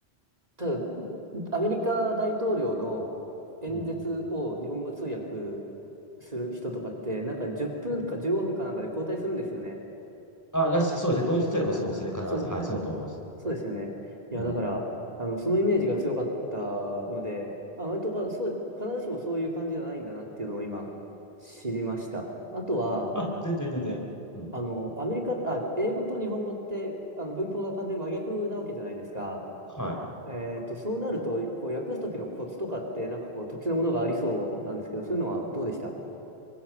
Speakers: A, on the right; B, on the left.
A: ただ、アメリカ大統領の演説を日本語通訳
B: うん。
A: する人とかって、なんか10分か15分かなんかで交代するんですよね。
B: うんあ、だし、そうですね。同時通訳はそうですよね。
A: うん。
B: 必ず。
A: そう、
B: はい、そうだと思います。
A: そうですよね。いや、
B: うん。
A: だから、あの、そのイメージが強かったので、まあ、割とか、そう、必ずしもそういう感じじゃないんだなっていうのを今、知りました。あとは、
B: あ、全然全然。うん。
A: あの、アメリカ、あ、英語と日本語って、あの、文法が完全に真逆なわけじゃないですか。
B: は
A: えっと、そうなると、こう、訳すときのコツとかって、なんかこう、特殊なものがありそうなんですけど、そういうのはどうでした